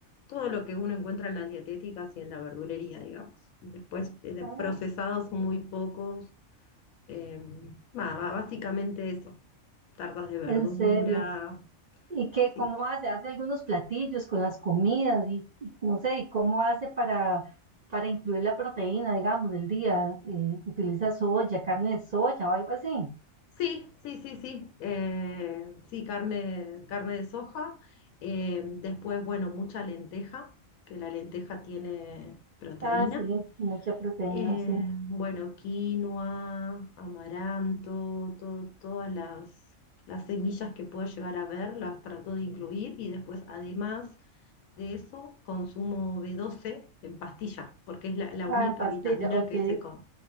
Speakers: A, on the left; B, on the right.
A: todo lo que uno encuentra en las dietéticas y en la verdulería, digamos. Después eh, de
B: Ah,
A: procesados muy pocos, em, nada, básicamente eso, tartas de verdura.
B: en serio. ¿Y qué,
A: sí.
B: cómo hace? Hace algunos platillos con las comidas y, y no sé, ¿y cómo hace para, para incluir la proteína, digamos, del día? Eh, ¿utiliza soya, carne de soya o algo así?
A: Sí, sí, sí, sí. eh, sí, carne, carne de soja. eh, después, bueno, mucha lenteja, que la lenteja tiene proteína.
B: Ah, sí, mucha proteína,
A: Eh,
B: sí.
A: bueno, quinoa, amaranto, to- todas las, las semillas que pueda llegar a ver, las trato de incluir y después, además de eso, consumo B12 en pastillas, porque es la, la
B: Ah,
A: única
B: en pastilla,
A: vitamina
B: ok.
A: que se con-